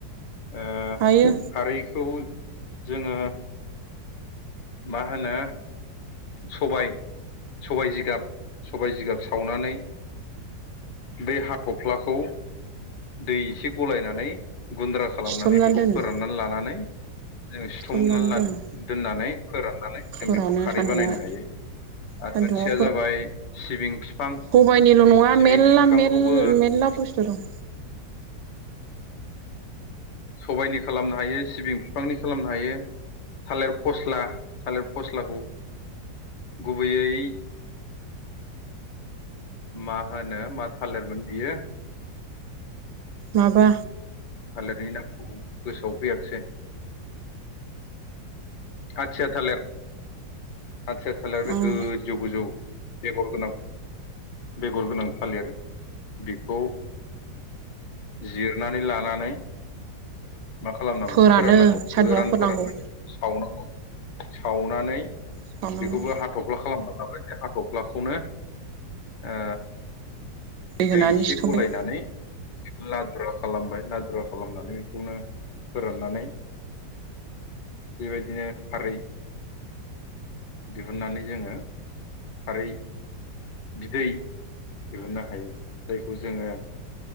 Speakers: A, on the left (about 70°); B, on the right (about 75°).
A: ओ
B: हायो
A: खारैखौ जोङो मा होनो सबाय सबाय जिगाब सबाय जिगाब सावनानै बे हाथ'फ्लाखौ दै एसे गलायनानै गुन्द्रा खालामनानै
B: सिथबनानै
A: बेखौ
B: दोनो
A: फोराननानै लानानै जों सिथमनानै
B: सिथबनानै दोनो
A: दोननानै राननानै
B: फोरानो
A: जों बेखौ खारै
B: सान्दुङाव
A: बानायनो हायो आरो
B: सान्दुङाव
A: मोनसेया जाबाय सिबिं बिफां
B: सबायाइनिल' नङा
A: सिबिं
B: मेल्ला
A: बिफांखौबो
B: मेलला बुस्थु दं।
A: सबायनि खालामनो हायो सिबिं बिफांनि खालामनो हायो। थालेर फस्ला थालिर फस्लाखौ गुबैयै मा होनो मा थालिरमोन बियो
B: माबा
A: थालिरनि नामखौ गोसोआव फैयाखसै आयथेया थालेर आतसा आसा बे
B: ओम
A: गोजौ गोजौ बेगर गोनां बेगर गोनां फालेर बेखौ जिरनानै लानानै मा खालामनांगौ
B: फोरानो
A: फोराननांगौ
B: सान्दुङाव
A: गोरान
B: फोराननांगौ
A: फोराननानै सावनांगौ सावनानै
B: सावनांगौ
A: बेखौबो हाथफ्ला खालामना ला बे हाथफ्लाखौनो ओ
B: होनानै
A: दै एसे
B: सिथमबाय
A: गलायनानै लादुरा खालामबाय लादुरा खालामनानै बेखौनो फोराननानै बेबायदिनो खारै दिहुननानै जोङो खारै बिदै दिहुननो हायो जायखौ जोङो